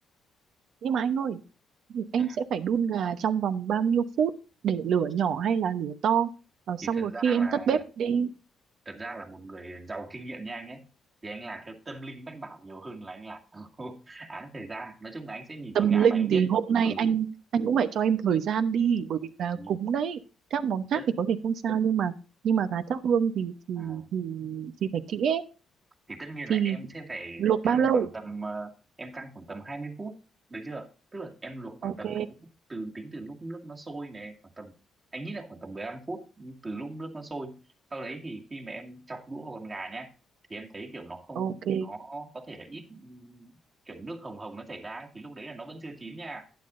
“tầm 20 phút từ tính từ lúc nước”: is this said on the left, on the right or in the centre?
Right